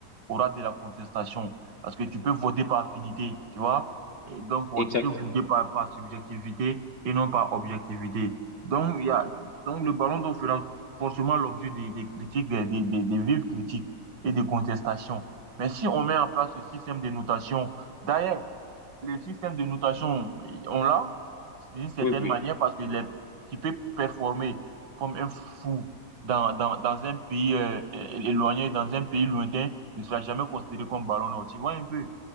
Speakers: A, on the right; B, on the left.
A: aura de la contestation. Parce que tu peux voter par affinité, tu vois? Et donc, oh,
B: Exactement.
A: tu peux voter par, par subjectivité et non par objectivité. Donc, il y a, donc le ballon d'or fera forcément l'objet des, des critiques, des, des, des, des vives critiques et des contestations. Mais si on met en place ce système de notation, d'ailleurs, le système de notation, on l'a d'une certaine
B: Oui, oui.
A: manière parce qu'il est, qu'il peut performer comme un fou dans, dans, dans un pays euh, éloigné, dans un pays lointain, il ne sera jamais considéré comme ballon d'or. Tu vois un peu.